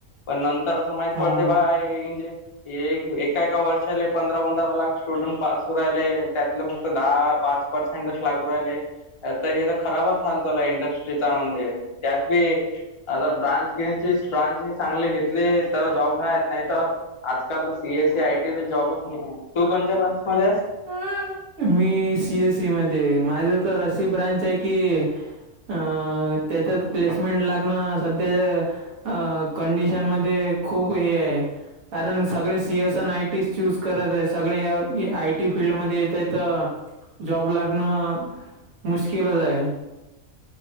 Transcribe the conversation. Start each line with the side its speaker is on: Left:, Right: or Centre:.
Left: पण नंतर असं माहित
Right: हा
Left: पडते बा. <unintelligible> एक एका एका वर्षाले पंधरा पंधरा लाख स्टुडंट पास होऊ राहिले, त्यातले फक्त दहा पाच परसेंडच लागू राहिले. आता हे तर खराबच हाल चालू इंडस्ट्रीचा, म्हणजे त्यात बी आता ब्रांच घेण्याची ब्रांच ही चांगली घेतली तर जॉब हाय, नाही तर आजकाल तर सी एस ई आयटीला जॉबच नाही आहे, तू कोणच्या ब्रांच मध्ये आहेस?
Right: आ, मी सी एस ई मध्ये आहे, माझं तर अशी ब्रांच आहे की अ, त्याच्यात प्लेसमेंट लागणं सध्याच्या अ, कंडिशन मध्ये खूप हे आहे. कारण सगळे सी एस अन आयटीच चूज करत आहे, सगळे याव ए आय टी फील्डमध्ये येतंय, तर जॉब लागणं मुश्किलच आहे.